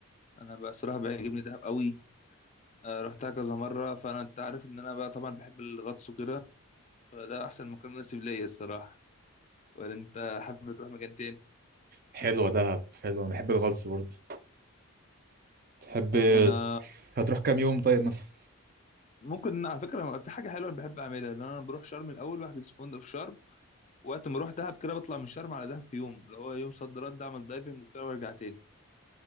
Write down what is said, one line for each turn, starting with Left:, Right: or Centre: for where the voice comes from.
Left: انا بقى الصراحه بيعجبني دهب قوي آه، رحتها كذا مره فانا انت عارف ان انا بقى طبعا بحب الغطس وكده فده احسن مكان مناسب ليا الصراحه ولا انت حابب تروح مكان تاني
Right: حلوه دهب حلوه انا بحب الغطس برضه تحب
Left: انا
Right: هتروح كام يوم طيب مثلا
Left: ممكن على فكره في حاجه حلوه انا بحب اعملها ان انا بروح شرم الاول بحجز في فندق في شرم وقت ما اروح دهب كده بطلع من شرم على دهب في يوم اللي هو يوم صد رد اعمل دايفنج وكده وارجع تاني